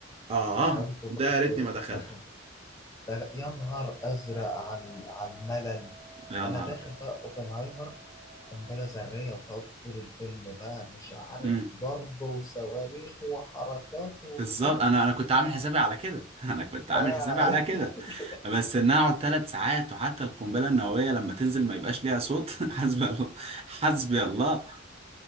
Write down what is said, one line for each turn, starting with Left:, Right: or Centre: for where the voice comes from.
Right: اه
Left: دخلته
Right: ده
Left: برضه
Right: يا ريتني ما دخلته
Left: دخلته ده يا نهار ازرق على على الملل
Right: يا
Left: انا
Right: نهار
Left: داخل بقى اوبنهايمر قنبله ذريه وتقعد طول الفيلم بقى مش عارف
Right: أبيض.
Left: ضرب وصواريخ وحركات وبتاع
Right: بالظبط انا انا كنت عامل حسابي على كده <laughs> انا كنت عامل
Left: قاعد
Right: حسابي على كده
Left: <laughs>
Right: بس ان انا اقعد ثلاث ساعات وحتى القنبله النوويه لما تنزل ما يبقاش ليها صوت <laughs> حسبي الله حسبي الله